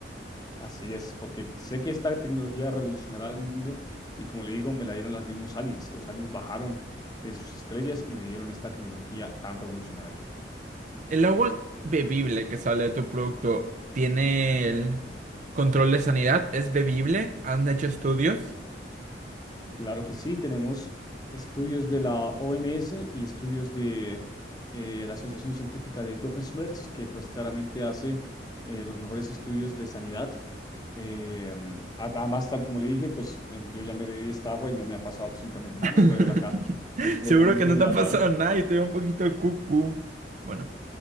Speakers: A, on the left (about 20°); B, on the right (about 45°).
A: Así es, porque sé que esta tecnología revolucionará el mundo y como le digo, me la dieron los mismos aliens. Los aliens bajaron de sus estrellas y me dieron esta tecnología tan revolucionaria.
B: El agua bebible que sale de tu producto tiene el control de sanidad, es bebible, han hecho estudios.
A: Claro que sí, tenemos estudios de la OMS y estudios de eh, la Asociación Científica de Doofenshmirtz, que pues claramente hace eh, los mejores estudios de sanidad. Eh, mm, a- además, tal como le dije, pues eh, yo ya me bebí esta agua y no me ha pasado absolutamente nada.
B: <laughs>
A: Me puede ver acá completamente
B: Seguro que no
A: hidratado.
B: te ha pasado nada y te veo un poquito de cucu. Bueno,